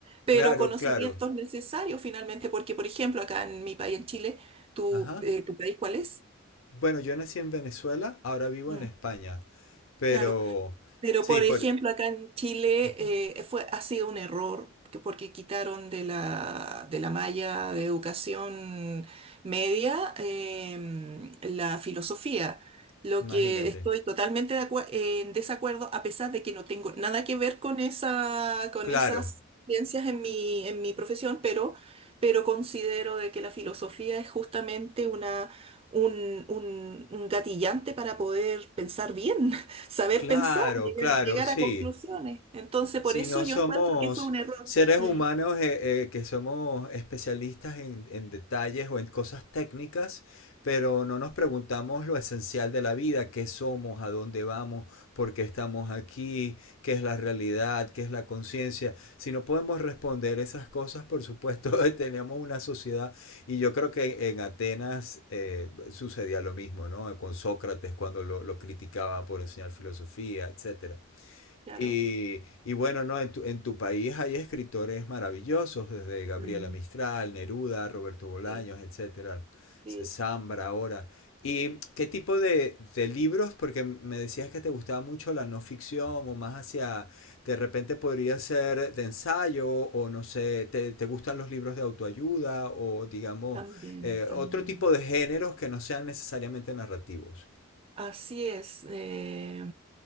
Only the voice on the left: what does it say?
claro,
claro.
Ajá.
Bueno, yo nací en Venezuela, ahora vivo
en España, pero
sí,
por...
Ujú,
Imagínate.
Claro,
claro,
claro,
sí.
Si
no
somos
seres
humanos eh, eh, que somos especialistas en, en detalles o en cosas técnicas, pero no nos preguntamos lo esencial de la vida, qué somos, a dónde vamos, por qué estamos aquí, qué es la realidad, qué es la conciencia. Si no podemos responder esas cosas, por supuesto, <laughs> tenemos una sociedad y yo creo que en Atenas eh, sucedía lo mismo, ¿no? Con Sócrates cuando lo, lo criticaba por enseñar filosofía, etcétera.
Y, y bueno, ¿no? En tu, en tu país hay escritores maravillosos, desde Gabriela
Mistral, Neruda, Roberto Bolaños,
etcétera,
S- Zambra ahora. ¿Y qué tipo de, de libros? Porque me decías que te gustaba mucho la no ficción o más hacia, de repente podría ser de ensayo o no sé, ¿te, te gustan los libros de autoayuda o digamos
eh,
otro tipo de géneros que no sean necesariamente narrativos?